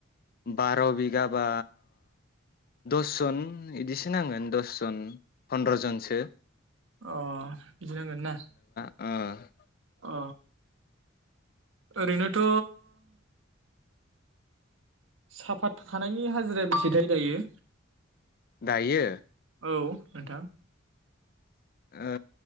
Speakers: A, on the left; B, on the right.
A: बार बिगा बा दस जन बिदिस नांगोन दसजन फन्द्र जनसो
B: अ बिदि नांगोन ना
A: ओम
B: अ ओरैनोथ साफात खानायनि हाजिराया बेसेथाय दायो
A: दायो
B: औ नोंथां
A: ओ